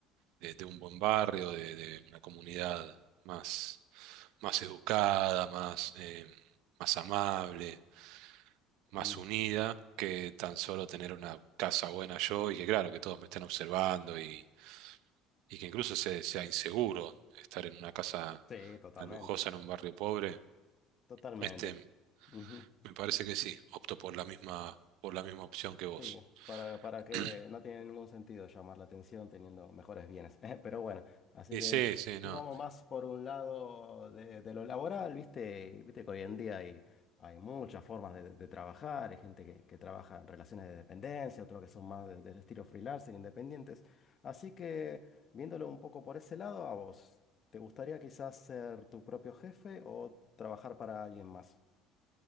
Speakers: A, on the right (about 75°); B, on the left (about 35°).
A: de, de un buen barrio, de, de una comunidad más, más educada, más, eh, más amable, más
B: Ujú.
A: unida, que tan solo tener una casa buena yo y que claro, que todos me estén observando y, y que incluso se- sea inseguro estar en una casa
B: Sí, totalmente.
A: tan lujosa en un barrio pobre.
B: Totalmente.
A: Este,
B: Ujú.
A: me parece que sí, opto por la misma, por la misma opción que vos.
B: Sí, para, para que
A: <clears throat>
B: no tiene ningún sentido llamar la atención teniendo mejores bienes. <laughs> Pero bueno, así
A: Y
B: que
A: sí,
B: es-
A: sí,
B: si
A: no.
B: vamos más por un lado de, de lo laboral, viste, viste que hoy en día hay, hay muchas formas de, de trabajar, hay gente que, que trabaja en relaciones de dependencia, otros que son más de- del estilo freelancer, independientes. Así que viéndolo un poco por ese lado, a vos, ¿te gustaría quizás ser tu propio jefe o trabajar para alguien más?